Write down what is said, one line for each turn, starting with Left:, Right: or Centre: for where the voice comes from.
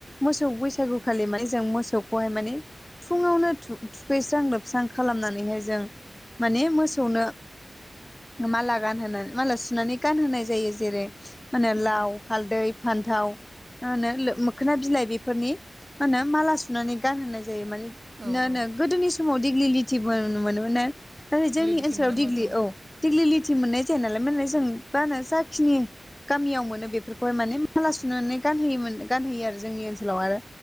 Left: मोसौ बैसागु खालि माने जों मोसौखौहाय माने फुङाव थु थु थुखैस्रां लोबस्रां खालामनानैहाय जों माने मोसौनो मा गानहोनाय माला सुनानै गानहोनाय जायो जेरै माहोनो
Right: मा
Left: लाव हालदै फान्थाव मा होनो मोखोना बिलाइ बेफोरनि मा होनो माला सुनानै गानहनाय जायो माने
Right: मा
Left: ना
Right: होनो
Left: ना गोदोनि समाव दिग्लि लिथि ब मोनोमोन ना नाथाय जोंनि
Right: लिथिबो
Left: ओनसोलाव
Right: मोनोमोननो
Left: दिग्लि औ दिेग्लिलिटि मोननाय जाया नालाय माने जों मा होनो जाखिनि गामियाव मोनो बेफोरखौहाय माने माला सुनानै गानहोयोमोन गानहोयो आरो जोंनि ओनसोलाव आरो